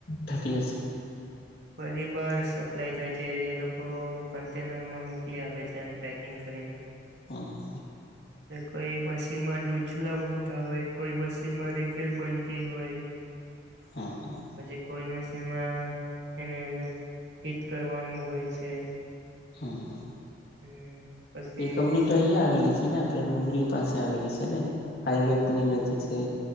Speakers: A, on the left (about 55°); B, on the right (about 65°).
A: થતી હશે
B: બધી બાર સપ્લાય થાય છે એ લોકો કન્ટેનર માં મોકલી આપે છે એમ પેક ઠન કરીરીને
A: હા.
B: કોઈ મશીનમાં ડૂછલા બનતા હોય કોઈ મશીનમાં રિફેલ બનતી હોય.
A: હા હા.
B: પછી કોઈ મશીનમાં. એને ફીટ કરવાનું હોય છે.
A: હા હા.
B: હમ. પછી
A: એ કમ્યુનિટી અહિયાં આવેલી છે ને આપડે ડુંગરી પાસે આવેલી છે ને હાઈવે ની નજીક છે.